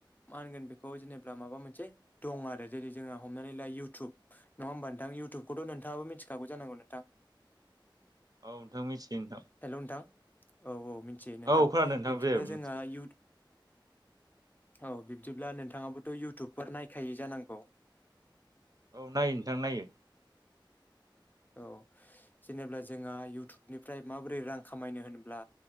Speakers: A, on the left (about 20°); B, on the right (about 50°).
A: मा होनगोन बेखौ जेनेबा माबा मोनसे दं आरो जेरै जोंहा हमनानै ला इउटुब नङा होमबा नोंथां। आं इउथुबखौथ नोंथाङाबो मिथिखागौ जानांगौ नोंथां।
B: औ नोंथां मिथियो।
A: हेल नोंथां औ औ। थि नोंथां
B: औ खोनादों नोंथां
A: बिब्दिब्ला
B: दे
A: जोंहा
B: मिथियो
A: इउ औ बिब्दिब्ला नोंथाङाबोथ इउटुबफोर नायखायै जानांगौ
B: औ नायो नोंथां नायो।
A: औ जेनेबा जोंहा इउटुबनिफ्राय माबोरै रां खामायनो होनब्ला